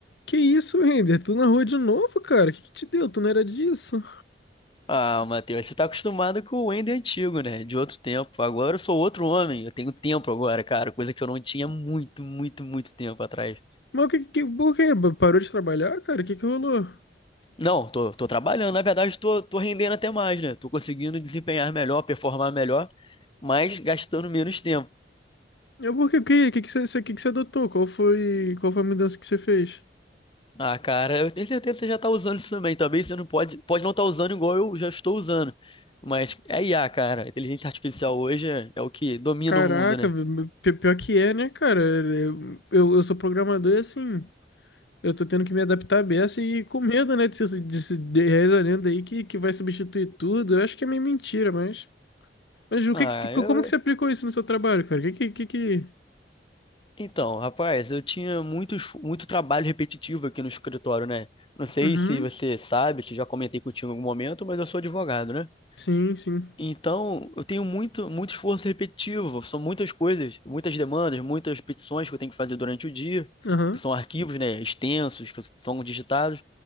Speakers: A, on the left; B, on the left.
A: Que isso, Render? Tu na rua de novo, cara? O que que te deu? Tu não era disso?
B: Ah, Matheus, você tá acostumado com o Ender antigo, né? De outro tempo. Agora eu sou outro homem. Eu tenho tempo agora, cara. Coisa que eu não tinha muito, muito, muito tempo atrás.
A: Mas o que que... Por quê? Parou de trabalhar, cara? O que que rolou?
B: Não, tô, tô trabalhando. Na verdade, tô, tô rendendo até mais, né? Tô conseguindo desempenhar melhor, performar melhor, mas gastando menos tempo.
A: Eu, por quê? O que que que você que que você adotou? Qual foi... Qual foi a mudança que você fez?
B: Ah, cara, eu tenho certeza que você já tá usando isso também. Talvez você não pode, pode não estar usando igual eu já estou usando. Mas é IA, cara. A inteligência artificial hoje é, é o que domina
A: Caraca,
B: o mundo, né?
A: pi- pior que é, né, cara? Eu, eu, eu sou programador e assim... Eu tô tendo que me adaptar à beça e com medo, né, de ser de, se- de essa lenda aí que, que vai substituir tudo. Eu acho que é meio mentira, mas... Mas o
B: Ah,
A: que, que, que-
B: eu,
A: como que você aplicou isso no seu trabalho, cara? O que que... que, que...
B: Então, rapaz, eu tinha muitos, muito trabalho repetitivo aqui no escritório, né? Não sei
A: Uhum,
B: se você sabe, se já comentei contigo em algum momento, mas eu sou advogado, né?
A: sim, sim.
B: Então, eu tenho muito, muito esforço repetitivo, são muitas coisas, muitas demandas, muitas petições que eu tenho que fazer durante o dia,
A: Aham.
B: que são arquivos, né, extensos, que são digitados,